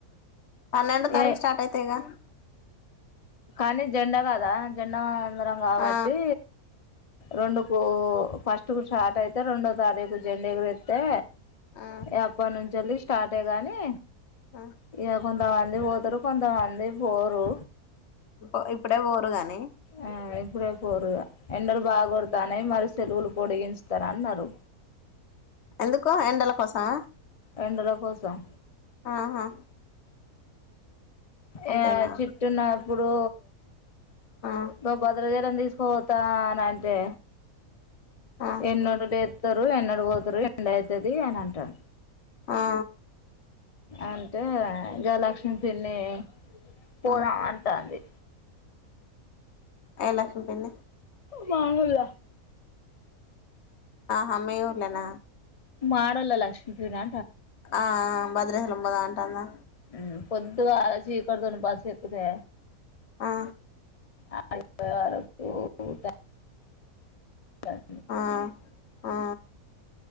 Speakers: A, on the left; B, on the left.
A: పన్నెండో తారీకు
B: ఏ
A: స్టార్ట్ అయితయి గా
B: కానీ జెండా కాదా జెండా అందరం కాబట్టి
A: ఆ
B: రెండుకు ఫస్ట్ కు స్టార్ట్ అయితే రెండో తారీకు జెండ ఎగురేత్తే
A: ఆ
B: ఏ అప్పన్నుంచెల్లి స్టార్టే గాని
A: ఆ
B: ఇక కొం కొంతమంది పోతరు కొంతమంది పోరు
A: ఇ ఇప్పుడే పోరుగానే
B: ఆ ఇప్పుడే పోరుగా ఎండలు బాగ కొడతాన్నై మరి సెలవులు పొడిగించుతారన్నారు
A: ఎందుకు ఎండల కోసమా
B: ఎండల కోసం
A: ఆహా అంతేనా
B: యా చిట్టున్న ప్పుడు
A: ఆ
B: గో భద్రాచలం తీస్ పోతానంటే
A: ఆ
B: ఎన్నడు లేత్తరు ఎన్నడు పోతరు డైతది అనంటా
A: ఆ
B: అంటే గా లక్ష్మి పిన్నీ పోదమ్
A: ఆ
B: అంటాంది
A: ఏ లక్ష్మి పిన్ని
B: మా ఊల్ల
A: ఆహా మీ ఊళ్ళోన
B: మాడోళ్ళ లక్ష్మీ పిన్నా
A: ఆ ఆ భద్రాచలం బగా అంటాందా
B: మ్ పొద్దుగా ఆ చీకటితోని బస్ ఎక్కుతే
A: ఆ
B: ఆడికి పొయ్యాలోపు ఇగ <unintelligible> <unintelligible>
A: ఆ ఆ